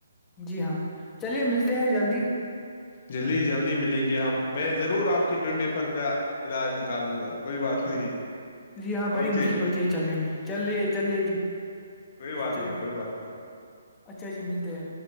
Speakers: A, on the left; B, on the left.
A: جی ہاں چلیے ملتے ہیں جلدی
B: جلدی جلدی ملیں گے ہم میں ضرور آپ کی ٹینٹی ف کا علاج نکالوں گا کوئی بات نہیں
A: جی ہاں بڑی
B: اوکے
A: مشکل ہوتی ہے چلنے میں چلے چلیے جی
B: کوئی بات
A: چلے
B: نہیں کوئی بات نہیں
A: اچھا جی ملتے ہیں